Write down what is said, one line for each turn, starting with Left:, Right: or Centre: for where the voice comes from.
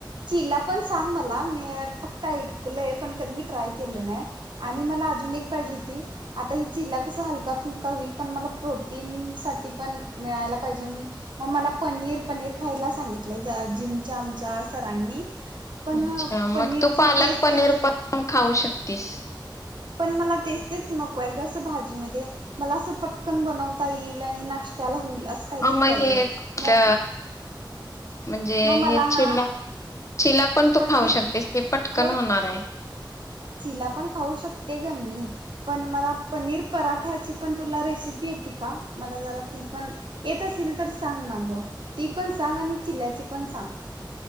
Right: चिला पण सांग मला मी फक्त ऐकलंय पण कधी मी ट्राय केलं नाही. आणि मला अजून एक पाहिजे होती आता ह चिला कस हलका फुलका होईल पण मला प्रोटीन साठी पण मिळायला पाहिजे मग मला पनीर पनीर खायला सांगितलंय जिमच्या आमच्या सरांनी पण
Left: अच्छा
Right: पनीरची
Left: मग तू पालक
Right: तेच
Left: पनीर
Right: तेच
Left: पण खाऊ शकतेस.
Right: पण मला तेच तेच नको आहे गं भाजी मध्ये मला असं पटकन बनवता येईल आणि नाष्ट्याला होईल असं काहीतरी
Left: आ् म्
Right: पाहिजे.
Left: हे
Right: मग
Left: त् म्हणजे
Right: मग मला
Left: हे चिला
Right: ना
Left: चिला पण तू
Right: पनीर
Left: खाऊ शकतेस. ते पटकन
Right: हो
Left: होणार आहे.
Right: चिला पण खाऊ शकते गं मी पण मला पनीर पराठ्याची पण तुला रेसिपी येती का मला जरा ती पण येत असेल तर सांगना गं ती पण सांग आणि चिल्याची पण सांग